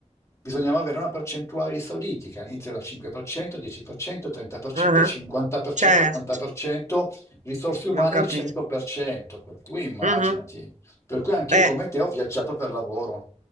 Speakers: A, on the left; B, on the right.
A: bisognava avere una percentuale di esauriti, che all'inizio era 5%, 10%, 30%,
B: ah,
A: 50%,
B: Certo,
A: 80%, risorse umane
B: non ho capito.
A: il 100%, per cento, per cui immaginati.
B: Mhm.
A: Per cui anch'io
B: Eh.
A: come te ho viaggiato per lavoro.